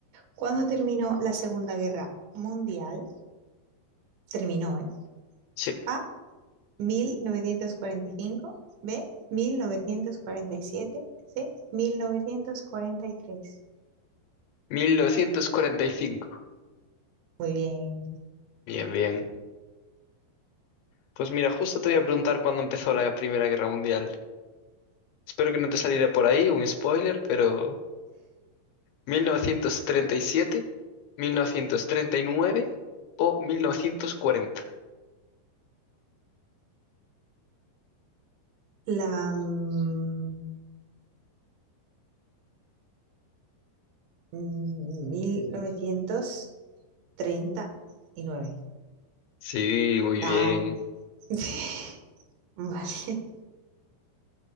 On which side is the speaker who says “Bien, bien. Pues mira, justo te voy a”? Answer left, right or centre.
Left